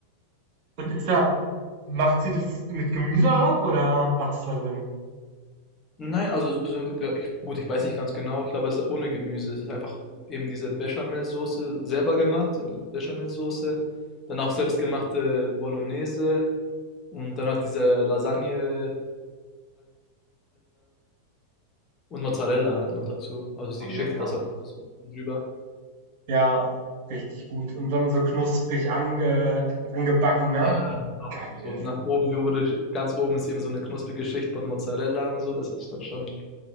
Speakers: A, on the right; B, on the left.
A: Und ist da, macht sie das mit Gemüse auch oder macht es da drin?
B: Nein, also so, ja, ich, gut, ich weiß nicht ganz genau. Ich glaube, es ist ohne Gemüse. Es ist einfach eben diese Bechamelsoße selber gemacht, so eine Bechamelsoße, dann auch selbstgemachte Bolognese und dann halt diese Lasagne-Teigblätter und Mozzarella halt noch dazu. Also sie
A: Oh, lecker.
B: schichtet das halt so drüber.
A: Ja, richtig gut. Und dann so knusprig ange, angebacken, ne?
B: Ja, genau.
A: Geil.
B: So nach oben, die obere, Sch- ganz oben ist eben so eine knusprige Schicht von Mozzarella und so. Das ist dann schon.